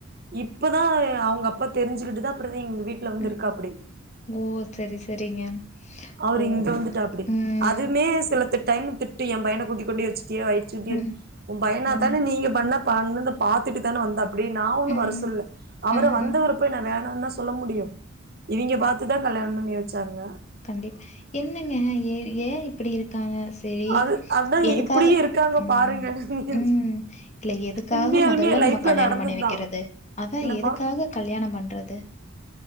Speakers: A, on the right (about 50°); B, on the left (about 35°).
A: இப்பதா அவங்க அப்பா தெரிஞ்சுகிட்டு தா அப்புறதா எங்க வீட்ல வந்து
B: ம்.
A: இருக்காப்டி
B: ஓ செரி செரிங்க
A: அவரு
B: ஓ
A: இங்க வந்துட்டாப்டி
B: ம்
A: அதுமே சில டைம் திட்டு என் பையன கூட்டி கொண்டேச்சுட்டே வயசுட்டியெ
B: ம்.
A: உன் பயனா
B: ம்
A: தான நீங்க பண்ண பன்து பாத்துட்டு தான வந்தாப்டி நா ஒன்னு
B: ம்
A: வர சொல்ல அவர
B: ம்
A: வந்தவர போய் நா வே நாந்தா சொல்ல முடியு இவிங்க பாத்துதா கல்யாணம் பண்ணி வெச்சாங்க
B: கண்டிப் என்னங்க ஏ ஏ இப்டி இருக்காங்க செரி
A: அது அதா
B: எதுக்காக
A: இப்டியு இருக்காங்க
B: ம்
A: பாருங்கன்னு
B: ம் இல்ல எதுக்காக
A: உண்மையாலுமே
B: மொதல்ல
A: என்
B: நம்ம
A: லைஃப்ல
B: கல்யாணொ
A: நடந்ததுதா
B: பண்ணி வெக்கறது அதா
A: என்னப்பா
B: எதுக்காக கல்யாணொ பண்றது